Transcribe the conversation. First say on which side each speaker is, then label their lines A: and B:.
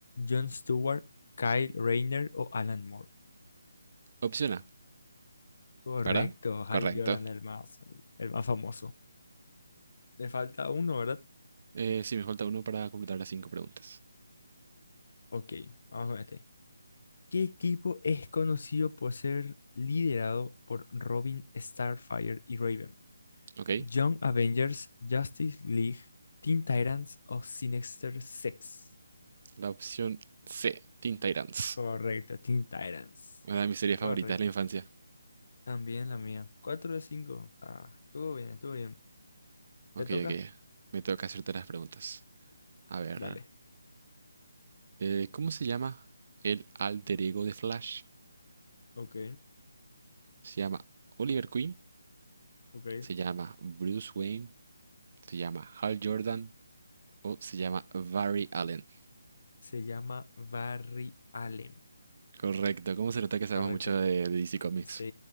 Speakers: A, on the left (about 55°); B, on the right (about 45°).
A: John Stewart, Kyle Rayner o Alan Moore.
B: Opción A,
A: Correcto,
B: ¿verdad?
A: Hal
B: Correcto.
A: Jordan, el más, el más famoso. Le falta uno, ¿verdad?
B: Eh, sí, me falta uno para completar las cinco preguntas.
A: Ok, vamos con este. ¿Qué equipo es conocido por ser liderado por Robin, Starfire y Raven?
B: Ok.
A: Young Avengers, Justice League, Teen Titans o Sinister Six.
B: La opción C, Teen Titans.
A: correcto, Teen Titans.
B: Una de mis series
A: Correcto.
B: favoritas de la infancia.
A: También la mía. 4 de 5. Ah, estuvo bien, estuvo bien.
B: Ok,
A: ¿Te toca?
B: ok. Me toca hacerte las preguntas. A ver.
A: Dale.
B: eh, ¿cómo se llama el alter ego de Flash?
A: Ok,
B: ¿Se llama Oliver Queen?
A: ok.
B: ¿Se llama Bruce Wayne? ¿Se llama Hal Jordan? o se llama Barry Allen.
A: Se llama Barry Allen.
B: Correcto, ¿cómo se nota que sabemos
A: Correcto.
B: mucho de, de DC Comics?
A: Sí,